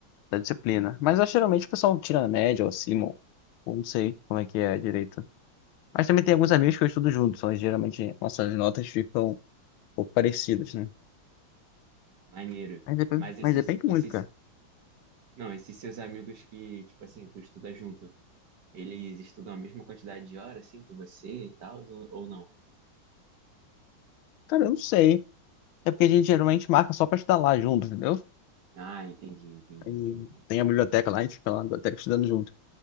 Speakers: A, on the left; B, on the right.
A: da disciplina. Mas eu, geralmente o pessoal tira a média ou acima, ou ou não sei como é que é direito. Mas também tem alguns amigos que eu estudo junto, então geralmente nossas notas ficam um pouco parecidas, né?
B: Ah, maneiro.
A: Mas depende,
B: Mas esses,
A: mas depende muito,
B: esses,
A: cara.
B: não, esses seus amigos que, tipo assim, tu estuda junto, eles estudam a mesma quantidade de horas, assim, que você e tal, ou, ou não?
A: Cara, eu não sei. É porque a gente geralmente marca só pra estudar lá junto, entendeu?
B: Ah, entendi, entendi,
A: E
B: entendi, entendi,
A: tem a biblioteca
B: entendi.
A: lá, a gente fica lá na biblioteca estudando junto.